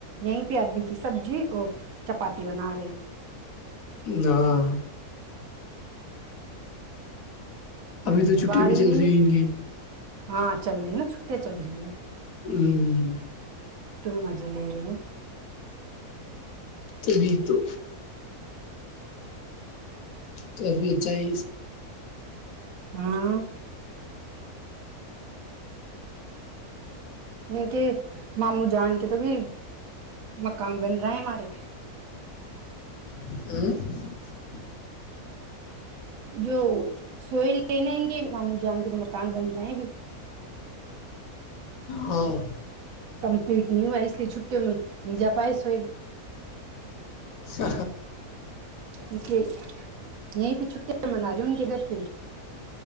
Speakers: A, on the right (about 70°); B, on the left (about 70°).
A: یہیں پہ عربی کی سبزی اور چپاتی بنا رہے ہیں
B: ہاں ابھی
A: عربی
B: تو
A: ابال
B: چھٹٹی بھی چل
A: لی
B: رہی ہیں ان کی
A: ہاں چل رہی نا چھٹے چل رہی ہیں
B: ہوں
A: مزے لے ل
B: تبھی تو کافی اچھا ہے
A: ہاں ان کے ماموں جان کے تو بھی مکان بن رہا ہے ہمارے
B: <inaudible>
A: جو سوئے لینےیں گے ماموں جان کے تو مکان بن رہے ہیں بھی
B: ہاں
A: کمپلیٹ نہیں ہوا اس لیے چھٹیوں میں ن جا پائے سوئی
B: سھ
A: اس لیے یہیں پہ چھٹییا من رہی ان کے گھر سے